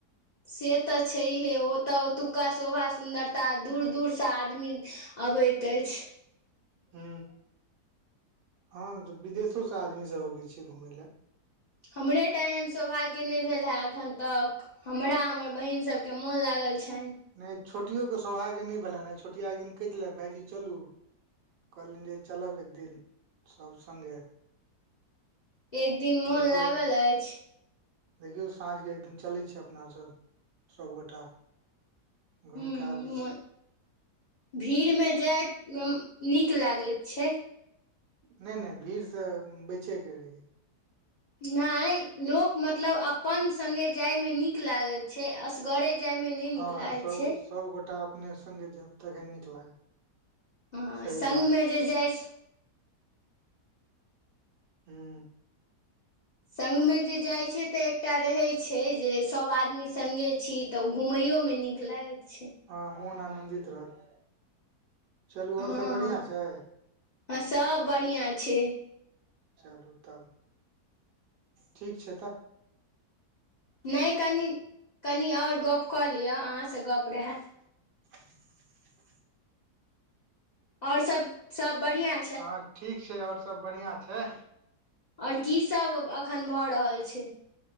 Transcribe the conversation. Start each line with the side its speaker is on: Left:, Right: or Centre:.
Left: से तऽ छैइहे ओतऽ ओतुक्का शोभा सुन्दरता दूर दूरसँ आदमी अबैत ऐच्छ।
Right: <inaudible> हु, ह विदेशो स आदमी सब अबै छै घुमय ल।
Left: हमरेटा एहन सौभाग्य नै भेलेहँ एखन तक। हमरा हमर बहिन सभके मोन लागल छैन।
Right: नै, छोटियो के सौभाग्य नै भेलैनहे, छोटिया एक दिन केहै छेले भायजी चलू। कहलीयेन जे चलब एकदिन सब सगे।
Left: एक दिन मोन
Right: देखियौ
Left: लागल ऐच्छ।
Right: देखियौ, साँझके एक दिन चलै छियै अपना सब सबगोटा। घुमिकऽ
Left: हूं
Right: आबै छी।
Left: मोन भीड़मे जायमे नीक लागैत छै।
Right: नहि नहि, भीड़ से बैचे के रहै।
Left: नहि, लोक मतलब अपन संगे जायमे नीक लागै छै, असगरे जायमे नहि
Right: हँ,
Left: नीक लागैत
Right: सभ
Left: छै
Right: सभगोटा अपने सङ्गे जायब, तखन नीक लागत।
Left: हं
Right: सही
Left: सङ्गमे
Right: बात
Left: जे जाइ छै
Right: हुं।
Left: सङ्ग मे जे जाइत छै तऽ एक एकटा रहै छै जे सभ आदमी अपने सङ्गे छी त घुमैयो मे नीक लागै छै।
Right: हँ मौहन आनन्दित रहत। चलू आओर
Left: हँ,
Right: सब बढ़िआँ छै
Left: सब बढ़िआँ छै।
Right: चलू तब, ठीक छै तऽ।
Left: नहि, कनि, कनि आओर गप कऽ लिअ, अहाँसे गप रहे।
Right: <inaudible>
Left: और सब सब बढ़िया
Right: हँ, ठीक छै, आओर सब बढ़िआँ छै।
Left: आओर की सब एखन भऽ रहल छै।